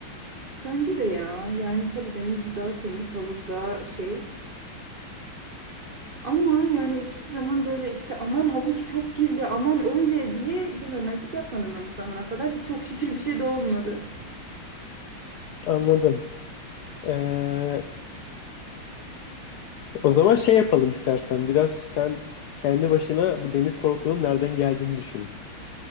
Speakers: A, on the right; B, on the left.
A: Bence de ya. Yani tabii deniz daha temiz, havuz daha şey. Ama yani hiçbir zaman böyle işte aman havuz çok kirli, aman öyle diye girmemezlik yapmadım ben bu zamana kadar. Çok şükür bir şey de olmadı.
B: Anladım. Ee, o zaman şey yapalım istersen biraz sen kendi başına bu deniz korkunun nereden geldiğini düşün.